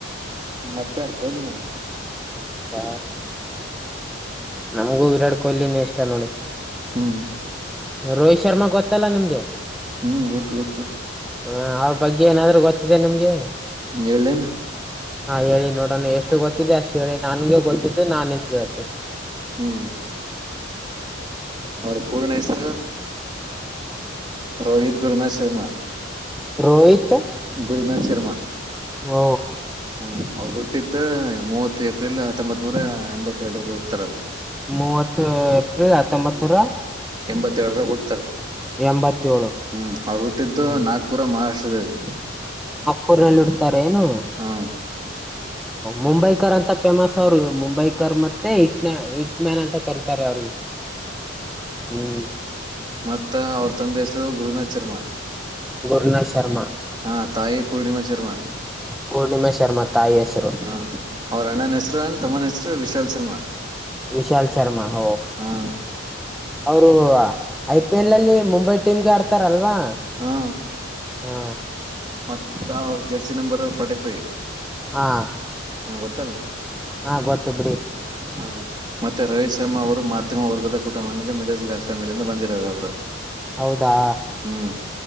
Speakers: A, on the right; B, in the centre.
A: ಮತ್ತೆ ಅವ್ರ ಕೊಯ್ಲಿನ ಮತ್ತೆ
B: ಹ. ನಮ್ಗೂ ವಿರಾಟ್ ಕೊಹ್ಲಿನೇ ಇಷ್ಟ ನೋಡಿ.
A: ಹ್ಮ್
B: ರೋಹಿತ್ ಶರ್ಮಾ ಗೊತ್ತಲ್ಲ ನಿಮ್ ಕ. <unintelligible>
A: ಹ್ಮ್ ಗೊತ್ತು ಗೊತ್ತು.
B: ಹ ಅವ್ರ ಬಗ್ಗೆ ಏನಾದ್ರು ಗೊತ್ತಿದೆ ನಿಮ್ಗೆ.
A: ಕೇಳಿನ.
B: ಹಾ ಹೇಳಿ ನೋಡೋಣ ಎಷ್ಟು ಗೊತ್ತಿದೆ ಅಷ್ಟ. ಹೇಳೇಳಿ ನನ್ಗೆ ಗೊತ್ತಿದ್ದೆ ನಾನ್ ನಿಂಗ್ ಹೇಳ್ತಿನ್.
A: ಹ್ಮ್ ಅವ್ರ ಪೂರ್ಣ ಹೆಸ್ ರೋಹಿತ್ ಗುರುನಾಥ ಶರ್ಮಾ.
B: ರೋಹಿತ್.
A: ಗುರುನಾಥ್ ಶರ್ಮಾ.
B: ಹೊ.
A: ಹ್ಮ್ ಅವ್ರು ಹುಟ್ಟಿದ್ದ ಮೂವತ್ ಏಪ್ರಿಲ್ ಹತ್ತೊಂಬತ್ ನೂರ ಎಂಬತ್ತೆರಡರಲ್ಲಿ ಹುಡ್ತಾರ ಅವರು.
B: ಮೂವತ್ತು ಏಪ್ರಿಲ್ ಹತ್ತೊಂಬತ್ ನೂರ.
A: ಎಂಬತ್ತೇಳರರ ಹುಡ್ತರ್.
B: ಎಂಬತ್ತೇಳು
A: ಹ್ಮ್ ಅವ್ರು ಹುಟ್ಟಿದ್ದು
B: ಹ್ಮ್
A: ನಾಗಪುರ ಮಹಾರಾಷ್ಟ್ರದಲ್ಲಿ.
B: ಪುರ ರಲ್ಲಿ ಹುಡ್ತರ್. ಏನು.
A: ಹಾ
B: ಮುಂಬೈ ಕರ್ ಅಂತ ಫೇಮಸ್ ಅವರು ಮುಂಬೈ ಕರ್ ಮತ್ತೆ ಇ ಇಟ್ ಮ್ಯಾನ್ ಅಂತ ಕರತ. ತಾರೆ ಅವ್ರಿಗೆ ಹ್ಮ್.
A: ಮತ್ತ ಅವ್ರ ತಂದ ಹೆಸರು ಗುರುನಾಥ್ ಶರ್ಮಾ.
B: ಗುರುನಾತ್ ಶರ್ಮಾ.
A: ಹಾ ತಾಯಿ ಪೂರ್ಣಿಮಾ ಶರ್ಮಾ
B: ಪೂರ್ಣಿಮಾ ಶರ್ಮಾ ತಾಯಿ ಹೆಸರು
A: ಹ ಅವ್ರ ಅಣ್ಣನ ಹೆಸರು ಅರ್ ತಮ್ಮನ ಹೆಸರು ವಿಶಾಲ್ ಶರ್ಮಾ.
B: ವಿಶಲ್ ಶರ್ಮಾ ಹ.
A: ಹಾ
B: ಅವರು. ಐ ಪಿ ಎಲ್ ಅಲ್ಲಿ ಮುಂಬೈ ಟೀಮ್ಗೆ ಆಡ್ತಾರಲ್ವಾ.
A: ಹಾ
B: ಹಾ.
A: ಮತ್ತ ಅವ್ರ. Jersey number forty five.
B: ಹಾ.
A: ಹಾ ಗೊತ್ತಲ್ಲ.
B: ಹಾ ಗೊತ್ತು ಬಿಡಿ.
A: ಹ್ಮ. ಮತ್ತೆ ರೋಹತ್ ಶರ್ಮ ಅವರು ಮಾ ವರ್ಗದ ಕುಟ ಅಂದ್ರೆ ಮಿಡಲ್ ಕ್ಲಾಸ್ ಫ್ಯಾಮಿಲಿಂದ ಬಂದಿರೌರ್ ಅವರು.
B: ಹೌದಾ
A: ಹ್ಮ್